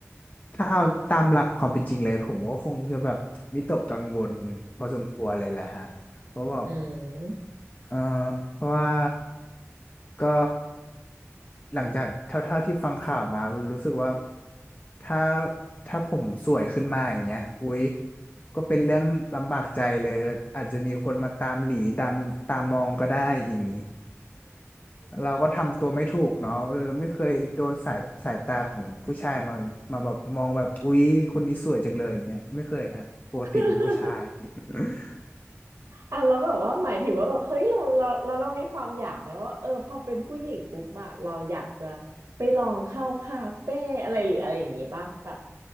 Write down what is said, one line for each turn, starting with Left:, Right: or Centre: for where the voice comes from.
Left: ถ้าเอาตามหลักความเป็นจริงเลยผมก็คงจะแบบวิตกกังวลพอสมควรเลยแหละฮะเพราะว่า
Right: อืม
Left: เออเพราะว่า ก็หลังจากเท่าๆที่ฟังข่าวมารู้สึกว่าถ้าถ้าผมสวยขึ้นมาอย่างเงี้ยอุ๊ยก็เป็นเรื่องลำบากใจเลยอาจจะมีคนมาตามหลีตามตามมองก็ได้อย่างนี้เราก็ทำตัวไม่ถูกเนาะเออไม่เคยโดนสายสายตาของผู้ชายมามาแบบมองแบบอุ๊ยคนนี้สวยจังเลยอย่างเงี้ยไม่เคยฮะปกติเป็นผู้ชาย
Right: <laughs>
Left: <laughs>
Right: อ่ะเราแล้วแบบว่าหมายถึงว่าแบบเฮ้ยเราเราเราเรามีความอยากไหมว่าเออพอเป็นผู้หญิงปุ๊บอะเราอยากจะไปลองเข้าคาเฟ่อะไรหรืออะไรอย่างงี้ป่ะแบบ